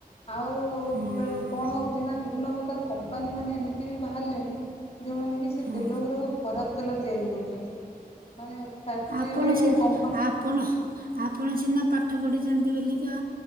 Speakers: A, on the left (about 40°); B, on the right (about 65°).
A: ଆଉ
B: ହଁ
A: ବେଳେ-କଣ ହଉଛି ନା ବିଭିନ୍ନ ପ୍ରକା କମ୍ପାନୀ ମାନେ ଏମିତି ବି ବାହାରିଲେଣି ଯେଉଁ ସେ
B: ହଁ
A: ତେଲଗୁଡ଼ାକ ଖରାପ୍ ତେଲ ତିଆରି କରୁଛନ୍ତି ମାନେ ଫ୍ୟାକ୍ଟ୍ରିରେ
B: ଆପଣ ସି
A: କମ୍ପା
B: ଆପଣ ଆପଣ ସିନା ପା ପାଠ ପଢିଛନ୍ତି ବୋଲିକା